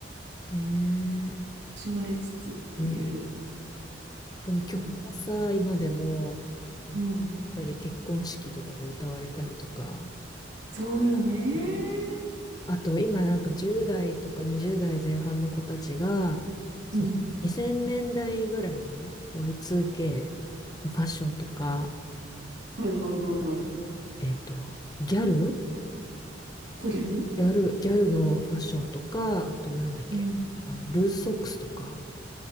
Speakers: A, on the left; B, on the right.
A: ね
B: 惜しまれつつっていう
A: え、うん。でも曲はさ、
B: 感じ。
A: 今でも、やっ
B: うん。
A: ぱり結婚式とかで歌われたりとか、
B: そうよね。
A: うんあと今なんか10代とか20代前半の子たちが、その2000年代ぐらいの
B: うん。
A: Y2K のファッションとか、
B: はいはいはいはい。
A: えっと、ギャル
B: こりゃる
A: ギャル、ギャルのファッションとか、あとなんだっけ、
B: うん。
A: あの、ルーズソックスとか、